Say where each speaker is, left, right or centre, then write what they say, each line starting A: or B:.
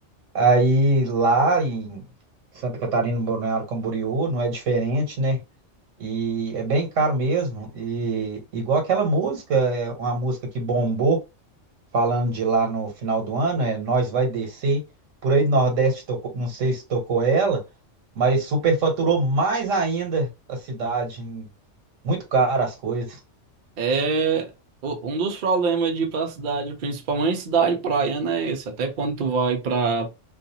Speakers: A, on the right; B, on the right.
A: aí lá em Santa Catarina, no Balneário Camboriú, não é diferente, né? E é bem caro mesmo. E igual aquela música, é uma música que bombou, falando de lá no final do ano, é Nós Vai Descer. Por aí do Nordeste tocou, não sei se tocou ela, mas superfaturou mais ainda a cidade. hum, Muito caro as coisas.
B: É o- um dos problemas de ir pra cidade, principalmente cidade praiana, é esse. Até quando tu vai pra